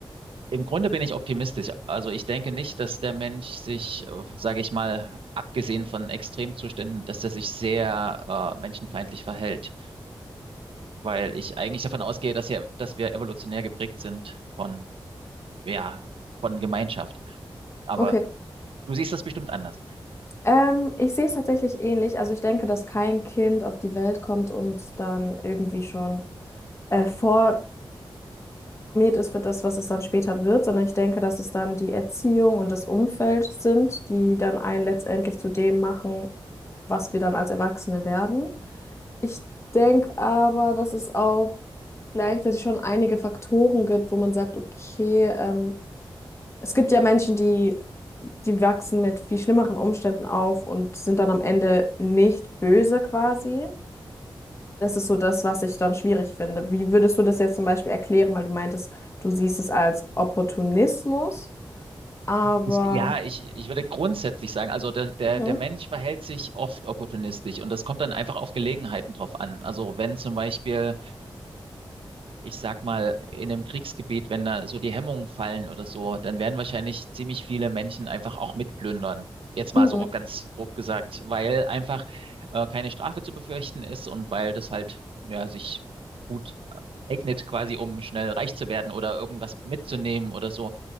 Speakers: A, on the right (about 75°); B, on the left (about 30°).
A: im Grunde bin ich optimistisch. Also ich denke nicht, dass der Mensch sich, sage ich mal, abgesehen von Extremzuständen, dass er sich sehr äh, menschenfeindlich verhält, weil ich eigentlich davon ausgehe, dass ja, dass wir evolutionär geprägt sind von, ja, von Gemeinschaft. Aber
B: okay.
A: du siehst das bestimmt anders.
B: Ähm, ich sehe es tatsächlich ähnlich. Also ich denke, dass kein Kind auf die Welt kommt und dann irgendwie schon äh, vorprogrammiert ist für das, was es dann später wird, sondern ich denke, dass es dann die Erziehung und das Umfeld sind, die dann einen letztendlich zu dem machen, was wir dann als Erwachsene werden. Ich denke aber, dass es auch gleichzeitig schon einige Faktoren gibt, wo man sagt, okay, ähm, es gibt ja Menschen, die, die wachsen mit viel schlimmeren Umständen auf und sind dann am Ende
A: Mhm.
B: nicht böse quasi. Das ist so das, was ich dann schwierig finde. Wie würdest du das jetzt zum Beispiel erklären, weil du meintest, du siehst es als Opportunismus, aber
A: Ich, ja, ich, ich würde grundsätzlich sagen, also der, der,
B: Mhm,
A: der Mensch verhält sich oft opportunistisch und das kommt dann einfach auf Gelegenheiten drauf an. Also wenn zum Beispiel, ich sag mal, in einem Kriegsgebiet, wenn da so die Hemmungen fallen oder so, dann werden wahrscheinlich ziemlich viele Menschen einfach auch mitplündern. Jetzt mal
B: mhm,
A: so ganz grob gesagt, weil einfach äh, keine Strafe zu befürchten ist und weil das halt, ja, sich gut eignet quasi, um schnell reich zu werden oder irgendwas mitzunehmen oder so.